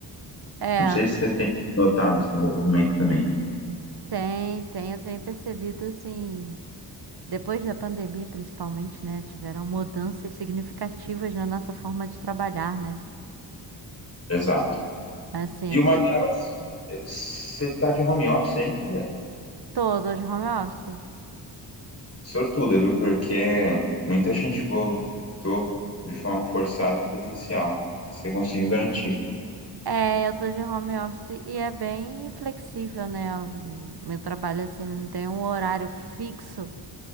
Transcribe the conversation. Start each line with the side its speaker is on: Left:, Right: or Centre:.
Right: É.
Left: Não sei se você tem notado esse movimento também.
Right: Tem, tem, eu tenho percebido assim, depois da pandemia principalmente, né, tiveram mudanças significativas na nossa forma de trabalhar, né?
Left: Exato.
Right: Assim,
Left: E
Right: as
Left: uma
Right: pessoas,
Left: delas, você tá de home office ainda?
Right: tô, tô de home office.
Left: Sortuda, viu? Porque muita gente voltou de forma forçada presencial. Você conseguiu garantir.
Right: É, eu tô de home office e é bem flexível, né? O meu trabalho assim, não tem um horário fixo.